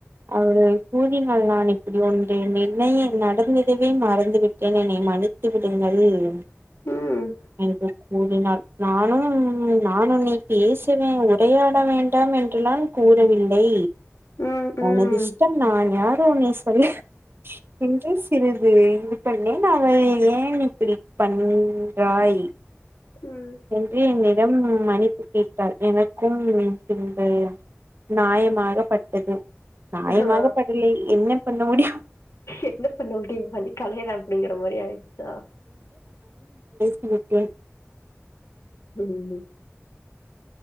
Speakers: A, on the right (about 50°); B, on the left (about 80°).
A: அவளிடமே கூறினால் நான் இப்படி ஒன்று நிலைய நடந்ததவே மறந்துவிட்டேன் என்னை மன்னித்து விடுங்க ஐய்யய்யோ
B: ம்
A: என்று கூறினாள் நானும் நான் உன்னை பேசவே உரையாட வேண்டாம் என்று என்னால் கூறவில் லை
B: ம் ம்
A: உனது இஷ்டம் நான் யாரோ நீ சொல்ல என்று சிறிது இது பண்ணேன் அவள் ஏன் இப்படி பண்றாய்
B: ம்
A: என்று என்னிடம் மன்னிப்பு கேட்டாள் எனக்கும் பின்பு நாயமாகப்பட்டது நாயாமாக
B: ஆ
A: படலை என்ன பண்ண முடியும்
B: என்ன பண்ண முடியும் மாரி கலையறேன் அப்படிங்கிற மாதிரி ஆயிருடுச்சா
A: ஓகே
B: ம் ம்